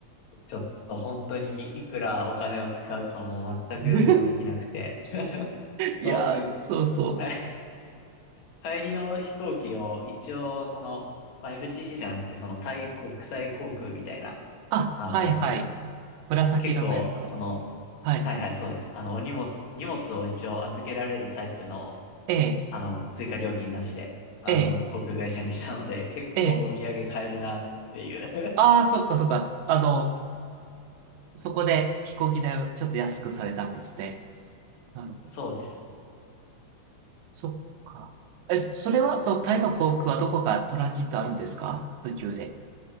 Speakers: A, on the left (about 75°); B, on the right (about 85°).
A: ー、ちょっと本当にいくらお金を使うかも全く予想できなくて。
B: <laughs>
A: <laughs>
B: いやー、
A: まあ僕、
B: そうそう。
A: はい帰りの飛行機を一応その、まあ、LCC じゃなくてそのタイ国際航空みたいな、
B: あ、
A: あの、
B: はいはい。紫色のやつかな。
A: 結構その、
B: はいはい。
A: はいはいそうです。あの、お荷物、荷物を一応預けられるタイプの、
B: ええ
A: あの、追加料金なしで、あの、
B: ええ、
A: 航空会社にしたので、結構お土産買えるなっていう。
B: ええ。ああ、そっかそっか。あの、そこで飛行機代をちょっと安くされたんですね。
A: <laughs>
B: なるほど。
A: そうです。
B: そっか。え、それは、そう、タイの航空はどこかトランジットあるんですか途中で。